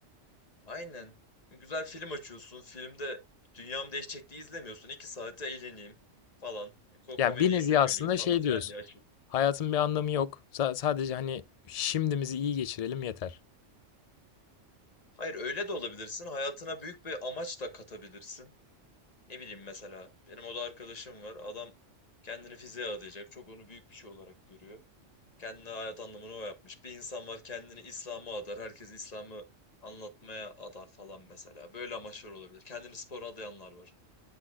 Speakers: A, on the left; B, on the left.
A: Aynen. Güzel film açıyorsun. Filmde dünyam değişecek diye izlemiyorsun. İki saate eğleneyim falan. E, Ko
B: Yani
A: komedi
B: bir nevi
A: ise güleyim
B: aslında
A: falan
B: şey
A: filan
B: diyorsun.
A: diye açıyorsun.
B: Hayatın bir anlamı yok. Sa- sadece hani şimdimizi iyi geçirelim yeter.
A: Hayır öyle de olabilirsin. Hayatına büyük bir amaç da katabilirsin. Ne bileyim mesela. Benim oda arkadaşım var. Adam kendini fiziğe adayacak. Çok onu büyük bir şey olarak görüyor. Kendine hayat anlamını o yapmış. Bir insan var kendini İslam'a adar. Herkes İslam'ı anlatmaya adar falan mesela. Böyle amaçlar olabilir. Kendini spora adayanlar var.